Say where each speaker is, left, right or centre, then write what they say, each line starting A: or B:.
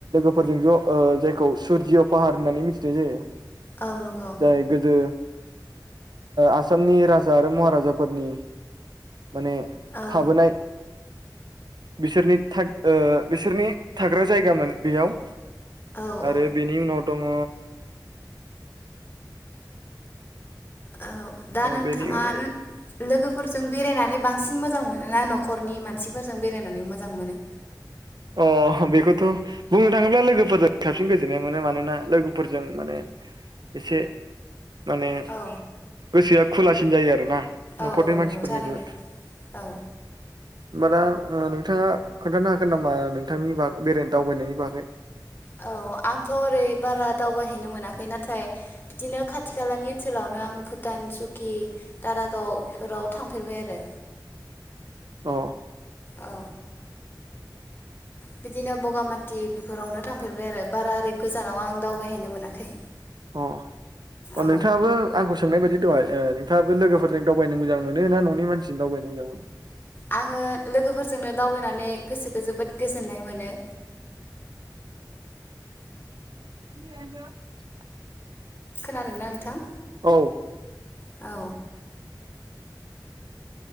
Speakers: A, on the right; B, on the left.
A: फोरजों ज' जायखौ सुरजिय' पाहार होननानै मिथिनाय जायो।
B: औ नंगौ
A: जाय गोदो आसामनि राजा आरो महाराजाफोरनि माने
B: औ
A: थाबोनाय। बिसोरनि थाग ओ बिसोरनि थाग्रा जायगामोन बेयाव।
B: औ
A: आरो
B: औ
A: बेनि उनाव। दङ।
B: औ दा नोंथाङा
A: बेनि उनाव
B: लोगोफोरजों बेरायनानै बांसिन मोजां मोनो ना न'खरनि मानसिफोरजों बेरायनानै मोजां मोनो?
A: अ बेखौथ' बुंनो थाङोब्ला लोगोफोरजों साबसिन गोजोननाय मोनो मानोना लोगोफोरजों माने एसे माने।
B: औ
A: गोसोआ खुलासिन जायो आरोना। न'खरनि
B: औ औ
A: मानसिफोरनिख्रुइ
B: नंगौ थारैनो औ।
A: होमबा दा नोंथाङा खोन्थानो हागोन नामा? बा नोंथांनि बागै बेराय दावबायनायनि बागै।
B: औ आंथ' ओरै बारा दावबायहैनो मोनाखै नाथाय बिदिनो खाथि खालानि ओनसोलावनो आं भुटान, सौकि, दारागाव बेफोराव थांफेरबाय आरो।
A: अ
B: औ बिदिनो बगामाथि बेफोरावनो थांफेरबाय आरो बारा ओरै गोजानाव आं दावबायहैनो मोनाखै।
A: अ अ
B: औ
A: नोंथाङाबो आंखौ सोंनाय बायदि दहाय ओ नोंथाङाबो लोगोफोरजों दावबायनो मोजां मोनो ना न'नि मानसिजों दावबायनो मोजां मोनो?
B: आङो लोगोफोरजोंनो दावबायनानै गोसोखौ जोबोद गोजोननाय मोनो।
A: <unintelligible>
B: खोनादोंना नोंथां?
A: औ
B: औ